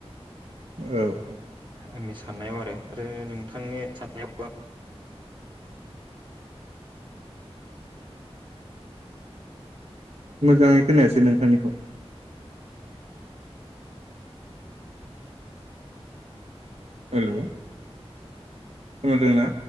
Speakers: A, on the right; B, on the right.
A: औ औ
B: आंनि साननायाव आरो आरो नोंथांनि साननायावबा
A: मोजाङै खोनायासै नोंथांनिखौ हेलौ खोनादोंना?